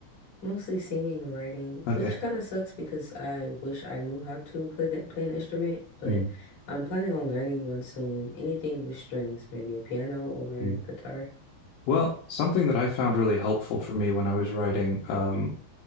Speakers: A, on the left (about 40°); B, on the left (about 65°).
A: Mostly singing and writing,
B: Okay.
A: which kind of sucks because I wish I knew how to play that play an instrument, but
B: Mm,
A: I'm planning on learning one soon. Anything with strings, maybe a piano or
B: mm.
A: guitar.
B: Well, something that I found really helpful for me when I was writing, um,